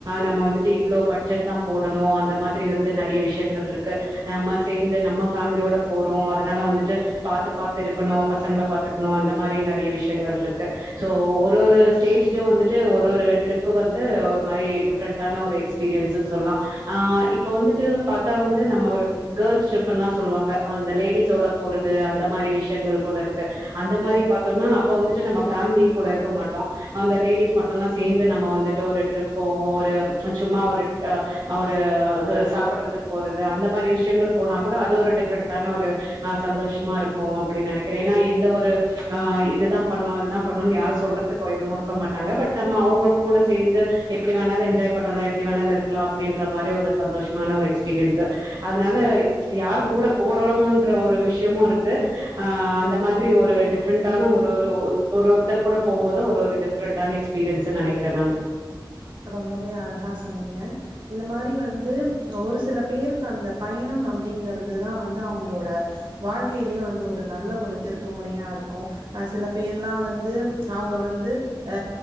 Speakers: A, on the right (about 60°); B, on the right (about 75°).
A: நம்ம வந்துட்டு இவ்வளோ பட்ஜெட் தான் போடணும் அந்த மாதிரி வந்து நிறைய விஷயங்கள் இருக் க்கு நம்ம சேர்ந்து நம்ம ஃபேமிலியோட போறோம் அதனால வந்துட்டு பாாரத்து பாாரத்து இருக்கணும் பசங்களை பாத் க்கணும் அந்த மாதிரி நிறைய விஷயங்கள் இருக்கு சோ ஒரு ஒரு ஸ்டேஜ்லயும் வந்துட்டு ஒரு ஒரு ட்ரிப் வந் வந்து ஒரு மாதிரி டிஃப்ரெண்டான ஒரு எக்ஸ்பீரியன்ஸ்னு சொல்லாம் ஆ இப்ப வந்துட்டு பார்த்தா வந் வந்து நம்ம ஒரு கேள்ஸ் ட்ரிப்பின்ல சொல்லுவாங்க அந்த லேடிஸோட போறது அந்த மாதிரி விஷயங்கள் கூட இருக்கு அந்த மாதிரி பாத்தோனா அப்ப வந்துட்டு நம்ம பேமிலி கூட இருக்க மாட்டோம் அந்த லேடிஸ் மட்டும்தான் சேர்ந்து நம்ம வந்துட்டு ஒரு டிரிப் போவோம் ஒரு சும்மா ஒரு ஒரு சாப்புடுறதுக்கு போ அந்த மாதிரி விஷயங்கள் போனா கூட அது ஒரு டிஃப்ரெண்டான ஒரு் சந்தோஷமா இருக்கும் அப்படின்னு நினைக்கிறேன் ஏன்னா இந்த ஒரு ஆ இதுதான் பண்ணும் அதுதான் பண்ணும்னு யாரும் சொல்றதுக்கு எதுவும் இருக்க மாட்டாங்க பட் நம்ம அவுங்க கூட சேர்ந்து எப்படி வேணாலும் என்ஜாய் பண்ணலாம் எப்படி வேணாலும் இருக்கலாம் அப்படின்ற மாதிரி ஒரு சந்தோஷமான ஒரு எக்ஸ் பிரன்ஸ் அதனால யார் கூட போறோம்ன்ற ஒரு விஷயமும் இருக்கு ஆ அந்த மாதிரி ஒரு டிஃப்ரெண்டான ஒரு ஒரு ஒரு ஒருத்தர் கூட போகும் போதும் ஒரு ஒரு டிஃப்ரெண்டான எக்ஸ்பீரியன்ஸ்ன்ன நினைகிறன் நானு
B: ரொம்பவே அழகா சொன்னீங்க இந்த மாரி வந்து ஒரு சில பேருக்கு அந்த பயணம் அப்டிங்கறிறது தான் வந்து அவங்களோட வாழ்க்கையிலேயே வந்து ஒரு நல்ல ஒரு திருப்பு முனியா இருக்கும் சில பேர்லாம் வந்து அவங்க வந்து ஆ